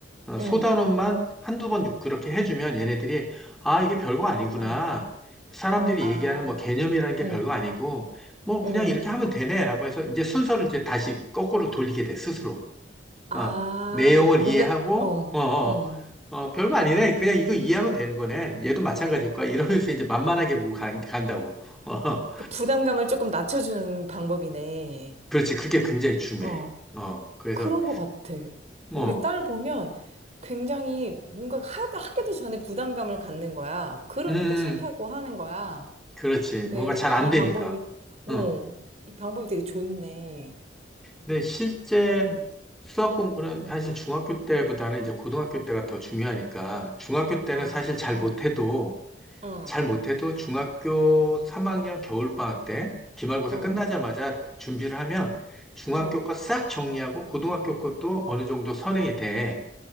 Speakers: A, in the centre; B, on the right.
A: 어, 소단원만
B: 응,
A: 한두 번 육- 그렇게 해주면 얘네들이 아, 이게 별거 아니구나.
B: 어,
A: 사람들이
B: 아,
A: 얘기하는 뭐 개념이라는 게
B: 응,
A: 별거 아니고 뭐 그냥
B: 응.
A: 이렇게 하면 되네라고 해서 이제 순서를 이제 다시 거꾸로 돌리게 돼, 스스로.
B: 아,
A: 어, 내용을
B: 뭔가,
A: 이해하고,
B: 어,
A: 어, 어,
B: 어.
A: 어, 별거 아니네. 그냥 이거 이해하면 되는 거네. 얘도 마찬가지일 거야. 이러면서 이제 만만하게 보고 간, 간다고. 어,
B: 그 부담감을 조금 낮춰주는 방법이네.
A: 그렇지. 그게 굉장히 중요해.
B: 어,
A: 어, 그래서,
B: 그런 것 같아.
A: 어
B: 우리 딸 보면 굉장히 뭔가 하, 하기도 전에 부담감을 갖는 거야. 그러니까
A: 음,
B: 싫다고 하는 거야.
A: 그렇지.
B: 근데
A: 뭔가 잘 안
B: 이
A: 되니까.
B: 방법이, 어,
A: 어.
B: 이 방법이 되게 좋네.
A: 근데 실제
B: 응.
A: 수학 공부는 사실 중학교 때보다는 이제 고등학교 때가 더 중요하니까, 중학교 때는
B: 아,
A: 사실 잘
B: 어,
A: 못해도,
B: 응,
A: 잘 못해도 중학교 3학년 겨울방학 때 기말고사
B: 응,
A: 끝나자마자 준비를 하면 중학교
B: 응.
A: 거 싹 정리하고 고등학교 것도 어느 정도 선행이 돼.